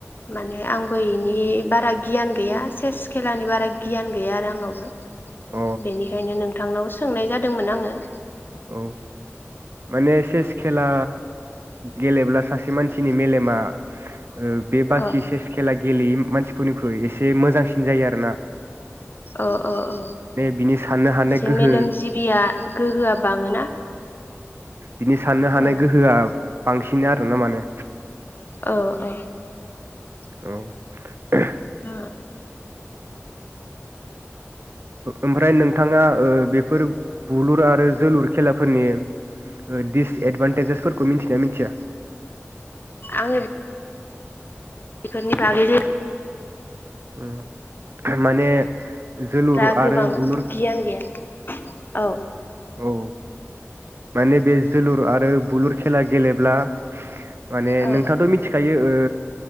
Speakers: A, on the left (about 45°); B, on the right (about 55°).
A: माने आंबो इनि बारा गियान गैया सेस खेलानि बारा गियान गैया आरो आंनावबो
B: अ
A: बेनिखायनो नोंथांनाव सोंनाय जादोंमोन आङो <inaudible>
B: औ माने सेस खेला गेलेब्ला सासे मानसिनि मेलेमा ओ बे बाखि
A: अ
B: सेस खेला गेलेयै मानसिफोरनिख्रुइ एसे मोजांसिन जायो आरो ना
A: अ अ अ
B: बिनि साननो हानाय
A: एसे
B: गोहो
A: मेलेम जिबिया गोहोआबा बाङोना
B: बिदि साननो हानाय
A: अ
B: गोहोआ बांसिन आर' ना माने
A: औ औ
B: औ <unintelligible>
A: ओ
B: ओमफ्राय नोंथाङा ओ बेफोर बुलुर आरो जोलुर खेलाफोरनि ओ दिसएद भान्टेजेसफोरखौ मिथियोना मिथिया
A: आंङो बेफोरनि बागै जे
B: उम माने जोलुर
A: दा गोबां
B: आरो बुलुर
A: गियान गैया औ
B: औ माने बे जुलुर आरो बुलुर खेला गेले ब्ला माने
A: औ
B: नोंथाङाथ' मिथिखायो ओ